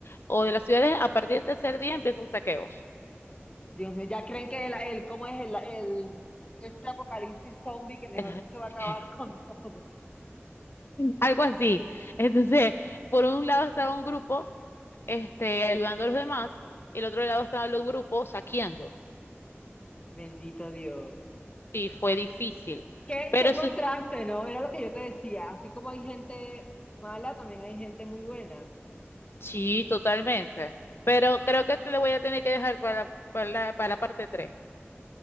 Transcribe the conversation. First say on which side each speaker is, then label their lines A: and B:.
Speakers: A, on the left; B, on the left.
A: o de las ciudades, a partir del tercer día empiezan saqueos.
B: Dios mío, ya creen que el, el- cómo es el, el, este apocalipsis zombie que mejor
A: <laughs>
B: dicho va a acabar con <laughs> todo.
A: Algo así. Entonces, por un lado estaba un grupo, este, ayudando a los demás, y el otro lado estaban los grupos saqueando.
B: Bendito Dios.
A: Y fue difícil.
B: Qué,
A: Pero
B: qué contraste,
A: sí,
B: ¿no? Era lo que yo te decía. Así como hay gente mala, también hay gente muy buena.
A: sí, totalmente. Pero creo que te lo voy a tener que dejar para, para la, para la parte tres